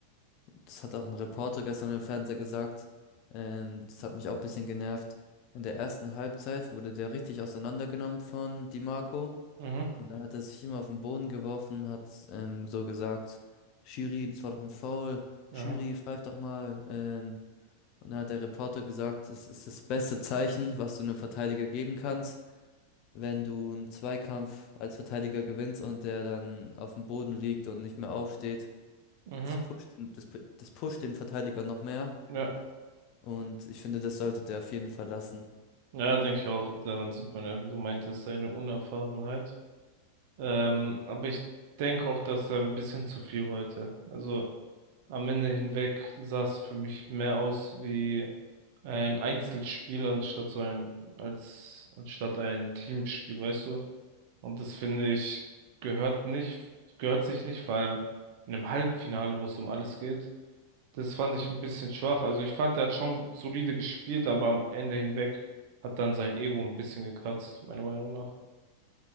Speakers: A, on the left (about 40°); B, on the right (about 50°).
A: das hat auch ein Reporter gestern im Fernseher gesagt. Ähm, das hat mich auch ein bisschen genervt. In der ersten Halbzeit wurde der richtig auseinandergenommen von Di Marco
B: Mhm.
A: und dann hat er sich immer auf den Boden geworfen, hat ähm, so gesagt, Schiri, das war doch ein Foul,
B: Ja.
A: Schiri, pfeif doch mal. Ähm, und dann hat der Reporter gesagt, es ist das beste Zeichen, was du einem Verteidiger geben kannst wenn du einen Zweikampf als Verteidiger gewinnst und der dann auf dem Boden liegt und nicht mehr aufsteht,
B: Mhm.
A: das pusht den, das, pu- das pusht den Verteidiger noch mehr.
B: Ja.
A: Und ich finde, das sollte der auf jeden Fall lassen.
B: Ja, denke ich auch. Daran sieht man ja, wie du meintest, seine Unerfahrenheit. Ähm, aber ich denke auch, dass er ein bisschen zu viel wollte. Also am Ende hinweg sah es für mich mehr aus wie ein Einzelspiel anstatt so ein, als anstatt ein Teamspiel, weißt du? Und das finde ich gehört nicht, gehört sich nicht, vor allem in einem Halbfinale, wo es um alles geht. Das fand ich ein bisschen schwach. Also ich fand, er hat schon solide gespielt, aber am Ende hinweg hat dann sein Ego ein bisschen gekratzt, meiner Meinung nach.